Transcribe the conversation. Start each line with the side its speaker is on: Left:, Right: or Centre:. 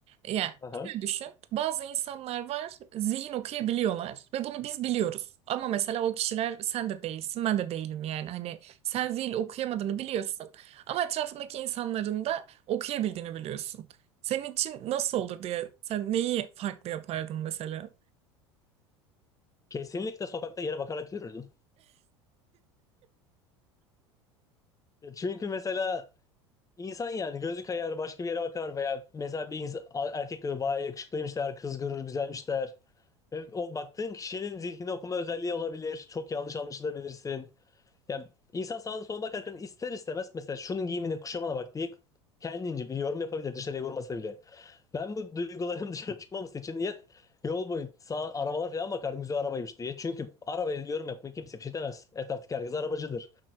Right: Yani
Left: Aha.
Right: şöyle düşün. Bazı insanlar var, zihin okuyabiliyorlar ve bunu biz biliyoruz. Ama mesela o kişiler sen de değilsin, ben de değilim yani. Hani sen zihin okuyamadığını biliyorsun ama etrafındaki insanların da okuyabildiğini biliyorsun. Senin için nasıl olur diye sen neyi farklı yapardın mesela?
Left: Kesinlikle sokakta yere bakarak yürürdüm. Çünkü mesela İnsan yani gözü kayar başka bir yere bakar veya mesela bir insan, erkek görür bayağı yakışıklıymış der, kız görür güzelmiş der. Ve o baktığın kişinin zihnini okuma özelliği olabilir. Çok yanlış anlaşılabilirsin. Yani insan sağına soluna bakarken ister istemez mesela şunun giyimine kuşamana bak diye kendince bir yorum yapabilir dışarıya vurmasa bile. Ben bu duygularım <laughs> dışarı çıkmaması için ya yol boyu sağ arabalar falan bakardım güzel arabaymış diye. Çünkü arabaya yorum yapmaya kimse bir şey demez. Etraftaki herkes arabacıdır.